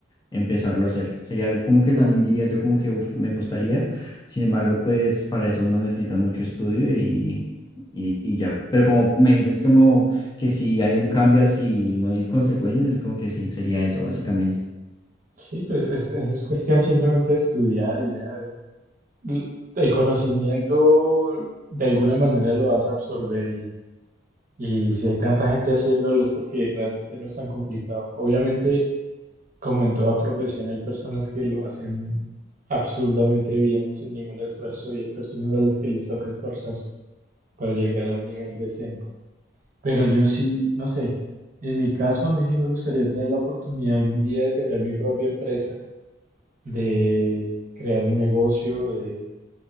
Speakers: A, on the left; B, on the right.
A: empezarlo a hacer. Sería algo como que también diría yo como que uf, me gustaría. Sin embargo, pues para eso uno necesita mucho estudio y, y, y ya. Pero como me dices como que si hay un cambio así y no hay consecuencias, es como que sí, sería eso básicamente.
B: Sí, pues es- eso es cuestión simplemente de estudiar y ya. L- El conocimiento de alguna manera lo vas a absorber y, y si hay tanta gente haciéndolo es porque realmente no es tan complicado. Obviamente, como en toda profesión, hay personas que lo hacen absurdamente bien sin ningún esfuerzo y hay personas a las que les toca esforzarse para llegar a un nivel decente. Pero yo sí, no sé, en mi caso a mí sí me gustaría tener la oportunidad algún día de tener mi propia empresa de crear un negocio, de